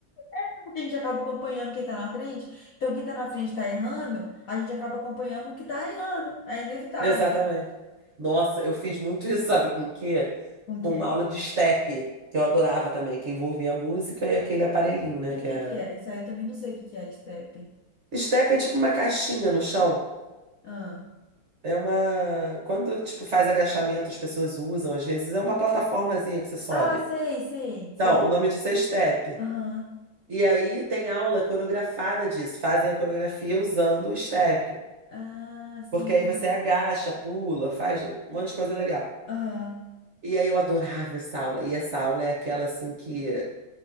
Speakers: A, on the left; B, on the right.
A: é porque a gente acaba acompanhando quem tá na frente. Então, quem tá na frente tá errando, a gente acaba acompanhando o que tá errando. É inevitável.
B: Exatamente. Nossa, eu fiz muito isso, sabe com o quê?
A: Com o
B: Com
A: quê?
B: aula de step, que eu adorava também, que envolvia a música e aquele aparelhinho, né?
A: E
B: Que
A: o que
B: é...
A: que é? Isso aí eu também não sei o que que é, step.
B: Step é tipo uma caixinha no chão.
A: Ah,
B: É uma. Quando, tipo, faz agachamento, as pessoas usam, às vezes, é uma plataformazinha que você sobe.
A: ah, sei, sei, sei.
B: Não, o nome disso é step.
A: Aham.
B: E aí tem aula coreografada disso. Fazem a coreografia usando o step.
A: Ah,
B: Porque
A: sim.
B: aí você agacha, pula, faz um monte de coisa legal.
A: Aham.
B: E aí eu adorava essa aula. E essa aula é aquela assim que